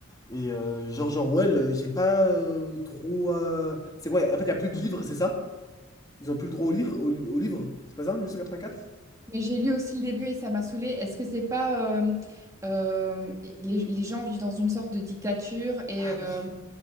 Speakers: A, on the left; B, on the right.
A: Et euh, George Orwell, euh, j'ai pas euh, trop. euh, C'est quoi? En fait, il n'y a plus de livres, c'est ça? Ils ont plus le droit au, lire, au, au livre. C'est pas ça, en 1984?
B: Mais j'ai lu aussi le début et ça m'a saoulée. Est-ce que c'est pas euh, euh, les, les gens vivent dans une sorte de dictature et
A: Ah
B: euh,
A: oui.